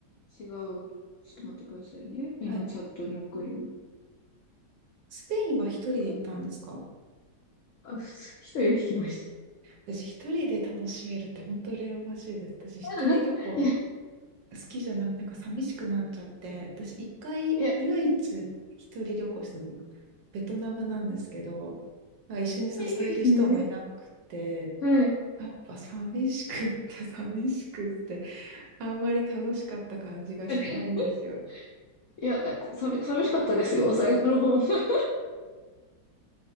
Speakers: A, on the left; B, on the right.
A: 違う。ちょっと待ってくださいね。今チャットに送ります。
B: はい。スペインは一人で行ったんですか
A: あれあ、ふ一人で来ました。
B: 私一人で楽しめるって本当羨ましいです。私一人旅行好
A: <laughs> いや、
B: きじゃなくてなんか寂しくなっちゃって、私一回唯一一人旅行したの
A: いや、
B: ベトナムなんですけど、なんか一緒に誘える人もいなくて、
A: いいですね。はい。
B: やっぱ寂しくって寂しくってあんまり楽しかった感じがしないんですよね
A: <laughs> いや、寂、寂しかったですよ、最後の方。<laughs>